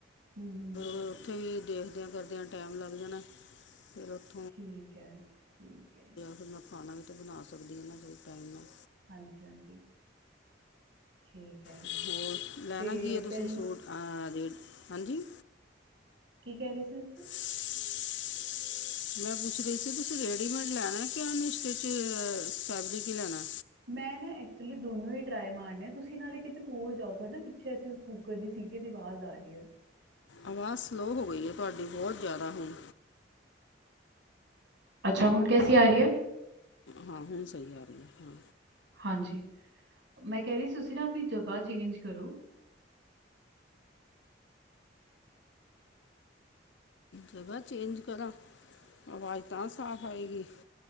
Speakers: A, on the right (about 70°); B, on the left (about 70°).
A: ਹੂੰ-ਹੂੰ
B: ਫੇਰ ਉੱਥੇ ਵੀ ਦੇਖਦਿਆਂ ਕਰਦਿਆਂ ਟਾਈਮ ਲੱਗ ਜਾਣਾ ਫੇਰ -
A: ਠੀਕ ਹੈ- ਠੀਕ ਹੈ।
B: ਫਿਰ ਮੈਂ ਖਾਣਾ ਵੀ ਤਾਂ ਬਣਾ ਸਕਦੀ ਹੈ ਨਾ ਸਹੀ ਟਾਈਮ ਨਾਲ।
A: ਹਾਂਜੀ- ਹਾਂਜੀ ਠੀਕ। ਹੈ
B: ਹੋਰ ਲੈਣਾ
A: ਤੇ
B: ਕੀ ਹੈ ਤੁਸੀਂ
A: ਪਹਿਲ
B: ਸੂਟ, ਹਾਂਜੀ।
A: ਕੀ ਕਹਿ ਰਹੇ ਸੀ ਤੁਸੀਂ?
B: ਹ <unintelligible> ਮੈਂ ਪੁੱਛ ਰਹੀ ਸੀ ਤੁਸੀਂ ਰੈਡੀਮੇਡ ਲੈਣਾ ਕਿ ਅਨਸਟਿਚ ਫੈਬਰਿਕ ਈ ਲੈਣਾ ਏ।
A: ਮੈਂ ਨਾ ਐਕਚੁਲੀ ਦੋਨੋ ਹੀ ਟਰਾਈ ਮਾਰਨੀ ਤੁਸੀਂ ਨਾਲੇ ਕਿਤੇ ਹੋਰ ਜਾਓ ਤੁਡੇ ਨਾ ਪਿੱਛੇ ਅਸੀਂ, ਕੂੱਕਰ ਦੀ ਸੀਟੀ ਦੀ ਆਵਾਜ਼ ਆ ਰਹੀ ਐ।
B: ਆਵਾਜ਼ ਸਲੋਅ ਹੋ ਗਈ ਐ ਤੁਹਾਡੀ ਬੋਤ ਜ਼ਾਦਾ ਹੁਣ।
A: ਅੱਛਾ ਹੁਣ ਕੈਸੀ ਆ ਰਹੀ ਐ?
B: ਹਾਂ ਹੁਣ ਸਹੀ ਆ ਰਹੀ ਐ, ਹਾਂ।
A: ਹਾਂਜੀ ਮੈਂ ਕਹਿ ਰਹੀ ਤੁਸੀਂ ਨਾ ਆਪਣੀ ਜਗਾ ਚੇਂਜ ਕਰੋ।
B: ਜਗਾ ਚੇਂਜ ਕਰਾਂ ਆਵਾਜ਼ ਤਾਂ ਸਾਫ਼ ਆਏਗੀ।